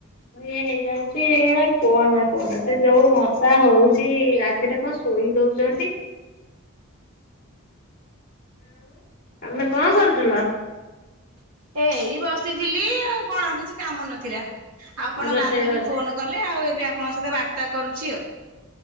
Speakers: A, on the left; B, on the right.
A: ଇଏ ହେଇଯାଉଛି ହେରା କୁହନା କୁହନା। ସେ ଯୋଉ ମଶା ହୋଉଛି ରାତିରେ କଣ ଶୋଇ ଦଉଛନ୍ତି। ଆମେ କଣ କରୁଥିଲ।
B: ଏଇ ବସିଥିଲି ଆଉ କଣ କିଛି କାମ ନଥିଲା ଆପଣ
A: ରୋଷେଇ
B: ବାନ୍ଧବୀ
A: ବାସ
B: ଫୋନ ଗଲେ ଆଉ ଏବେ ଆପଣଙ୍କ ସହିତ ବାର୍ତ୍ତା କରୁଛି ଆଉ।